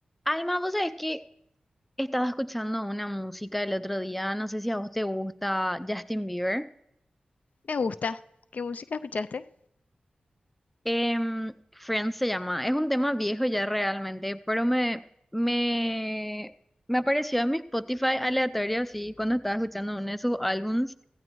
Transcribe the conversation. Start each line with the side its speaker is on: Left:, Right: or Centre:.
Centre: Alma, vos sabés que estaba escuchando una música el otro día, no sé si a vos te gusta Justin Bieber.
Left: Me gusta. ¿Qué música escuchaste?
Centre: Em, Friends se llama, es un tema viejo ya realmente, pero me, me, me apareció en mi Spotify aleatorio así cuando estaba escuchando uno de sus álbums